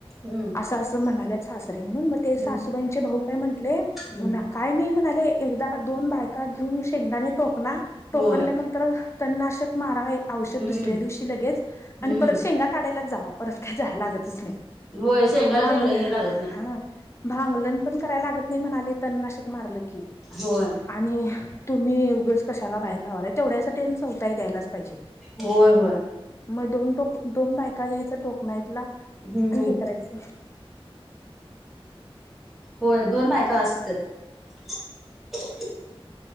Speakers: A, in the centre; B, on the left.
A: हम्म.
B: असं अस म्हणाल्यात सा म्हणून म ते सासूबाईंचे
A: हम्म
B: भाऊ काय म्हटले
A: हम्म
B: ना काय नाही म्हणाले एकदा दोन बा बायका घेऊन शेंगदाने टोकला टोकल्यानंतर
A: होय
B: तननाशक मारा. एक औषध
A: हम्म
B: दुसऱ्या दिवशी लगेच आणि
A: हम्म
B: परत शेंगा काढायलाच जावा परत काय जाय लागतच नाही.
A: होय, शेंगाला
B: भांगलं
A: लय लागत. नाही.
B: हा भांगलण पण करायला लागत नाही म्हणाले तननाशक मारलं की,
A: होय
B: नी तुम्ही उगच कशाला बाहेर लावालाय तेवढ्यासाठी चौताही द्यायलाच पाहिजे
A: होय हो.
B: मग दोन टोक दोन बायका घ्यायच टोकनाईला
A: हम्म
B: आणि हे करायचं.
A: होय दोन बायका बास होत्यात.